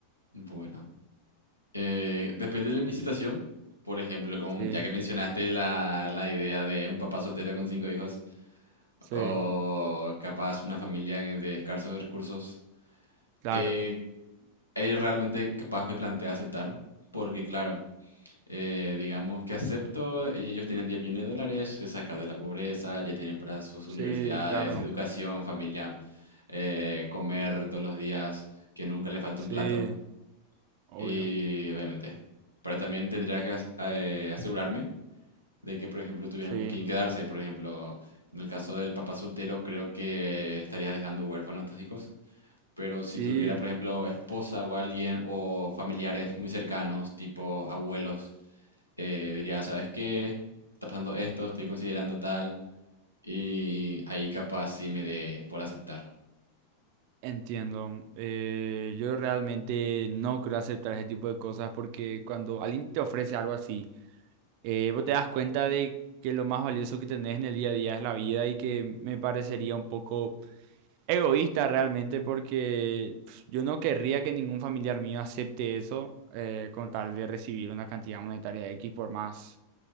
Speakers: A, on the left (about 85°); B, on the right (about 45°).
A: Bueno, eh, depende de la- mi situación. Por ejemplo, con-
B: Sí,
A: ya que mencionaste la, la idea de un papá soltero con cinco hijos,
B: sí,
A: o capaz una familia que- de escasos recursos,
B: claro.
A: eh, ahí realmente capaz me plantea aceptar, porque claro, eh, digamos que acepto, eh, ellos tienen 10 millones de dólares, les saca de la pobreza, ya tienen para sus
B: Sí,
A: universidades,
B: claro.
A: educación, familia, eh, comer todos los días, que nunca le falte
B: Sí,
A: un plato.
B: obvio.
A: Y obviamente, pero también tendría que as- eh, asegurarme de que, por ejemplo, tuvieran
B: Sí,
A: con quién quedarse. Por ejemplo, en el caso del papá soltero, creo que estarías dejando huérfanos a tus hijos. Pero si
B: sí.
A: tuviera, por ejemplo, esposa o alguien o familiares muy cercanos, tipo abuelos, eh, diría, ¿sabes qué? Está pasando esto, estoy considerando tal. Y ahí capaz sí me dé por aceptar.
B: Entiendo. Eh, yo realmente no creo aceptar ese tipo de cosas porque cuando alguien te ofrece algo así, eh, vos te das cuenta de que lo más valioso que tenés en el día a día es la vida y que me parecería un poco egoísta realmente porque pf, yo no querría que ningún familiar mío acepte eso eh, con tal de recibir una cantidad monetaria X por más